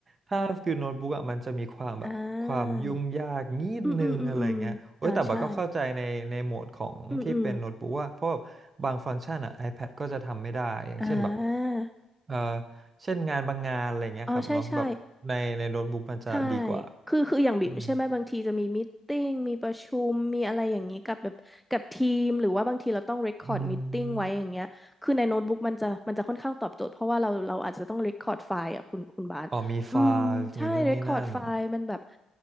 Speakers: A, on the right; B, in the centre.
A: ถ้าฟิลโน้ตบุ๊กอ่ะมันจะมีความแบบความยุ่งยากนิดนึงอะไรเงี้ยโอ้ยแต่บัดก็เข้าใจในในโหมดของที่เป็นโน้ตบุ๊กว่าเพราะแบบบางฟังก์ชันอ่ะ
B: อ่าอืมอืมอืมอืมอ่าใช่อืมอืม
A: iPad ก็จะทำไม่ได้อย่างเช่นแบบ
B: อ่า
A: เออเช่นงานบางงานอะไรเงี้ยครับเนาะแบบในในโน้ตบุ๊กมันจะดีกว่า
B: อ๋อใช่ใช่ใช่คือคืออย่างบิ่มใช่ไหมบางทีจะมีมตติ팅มีประชุมมีอะไรอย่างนี้กับแบบกับทีมหรือว่าบางทีเราต้อง
A: อืม
B: r ร c คอร์ดม
A: อืม
B: t i ิ팅ไว้อย่างเงี้ยคือในโน้ตบุ๊กมันจะมันจะค่อนข้างตอบโจทย์เพราะว่าเราเราอาจจะต้อง r ร c คอร์ดไฟล์อ่ะคุณคุณบาสอืมใช่
A: อ๋อมีไฟล์มีนู่นนี่นั่น
B: r ร c คอร์ดไฟล์มันแบบ